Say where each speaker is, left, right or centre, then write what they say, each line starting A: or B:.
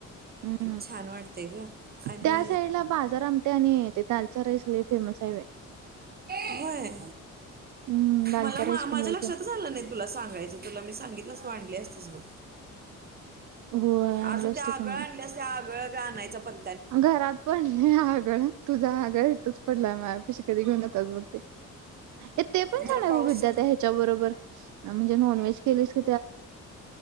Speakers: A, on the right; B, on the right.
A: हम्म
B: छान वाटतय ग आणि
A: त्या साईडला बाजार आमटी आणि ते दालचा राईस लय फेमस आहे बाई.
B: होय
A: हम्म दालचा
B: मला मा
A: राईस
B: माझ्या
A: पण लय
B: लक्षातच
A: फेमस
B: आलं नाही तुला सांगायचं तुला मी सांगितल आसात तू आणली नली असतीस बग.
A: होय आणलं
B: अजून
A: असतो
B: त्या आगळ
A: की मग
B: आणल्या असते आगळ का आणायचं पण
A: घरात पडले आगळ तुझं आगळ इथच पडलाय माझ्या पशी कधी घेऊन जात्यास बघ. ये ते पण
B: जरा
A: छान आहे
B: पाऊस
A: ग विद्याथी
B: सुरू
A: ह्याच्या बरोबर म्हणजे नॉनव्हेज केले स